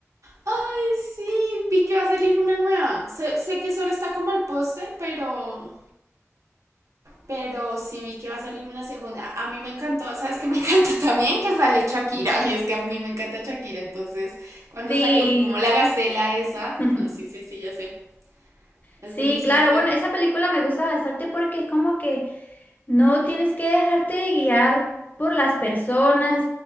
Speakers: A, on the right (about 75°); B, on the left (about 35°).
A: Ay, sí, vi que va a salir una nueva. Sé, sé que solo está como el póster, pero, pero sí vi que va a salir una segunda. A mí me encantó, ¿sabes qué me <laughs> encantó también? Que sale Shakira. Y es que a mí me encanta Shakira. Entonces, cuando
B: Sí.
A: salió como la gacela esa,
B: <laughs>
A: no, sí, sí, sí, ya sé. Es
B: Sí,
A: buenísima.
B: claro,
A: Ay,
B: bueno, esa película me gusta bastante porque es como que no tienes que dejarte de guiar por las personas,